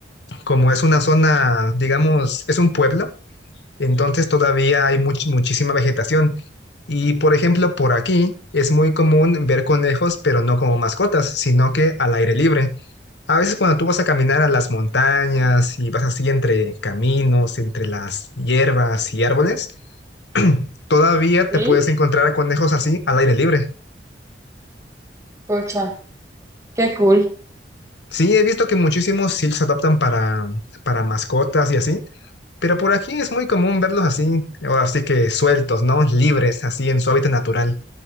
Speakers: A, on the left; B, on the right.
A: como es una zona, digamos, es un pueblo, entonces todavía hay much- muchísima vegetación. Y, por ejemplo, por aquí es muy común ver conejos, pero no como mascotas, sino que al aire libre. A veces cuando tú vas a caminar a las montañas y vas así entre caminos, entre las hierbas y árboles, <clears throat> todavía
B: Sí.
A: te puedes encontrar a conejos así al aire libre.
B: Pucha, qué cool.
A: Sí, he visto que muchísimos sí los adoptan para, para mascotas y así, pero por aquí es muy común verlos así, ahora sí que sueltos, ¿no? Libres, así en su hábitat natural.